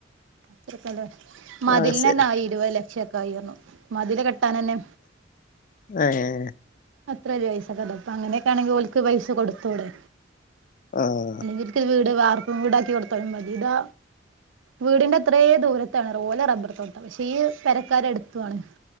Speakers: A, on the right; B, on the left.
A: അത്ര കല മതിലിന
B: ആഹ് ശരി
A: തന്നെആയി ഇരുപത് ലക്ഷം ഒക്കെ ആയിരുന്നു മതില് കെട്ടാൻ തന്നെ
B: ആഹ്
A: അത്ര ഒരു പയസ അപ്പ അങ്ങനെയൊക്കാണെങ്കി ഓല്ക്ക് പൈസ കൊടുത്തൂടെ
B: ആഹ്
A: ന്നട്ട് വീട് വർപ്പും വീടാക്കി കൊടുത്തലും മതി ഇതാ വീടിന്റെ എത്രെ ദൂര, തരുപോലെ റബ്ബർ തോട്ടം പക്ഷെ ഈ പെരക്കാരെ എടുത്തുണ്